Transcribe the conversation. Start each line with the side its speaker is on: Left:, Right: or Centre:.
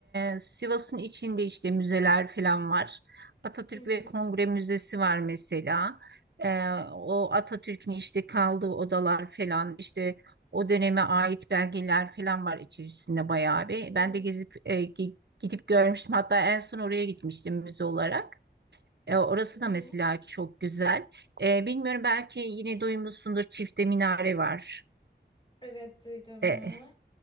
Right: e, Sivas'ın içinde işte müzeler falan var. Atatürk
Left: Hı hı,
Right: ve Kongre Müzesi var mesela. E, o Atatürk'ün işte kaldığı odalar falan işte o döneme ait belgeler falan var içerisinde bayağı bir.
Left: hı hı,
Right: Ben de gezip e, gi- gidip görmüştüm. Hatta en son oraya gitmiştim müze olarak. E, orası
Left: hı hı.
Right: da mesela çok güzel. E, bilmiyorum belki yine duymuşsundur Çifte Minare var.
Left: Evet duydum.
Right: E,
Left: Hı hı.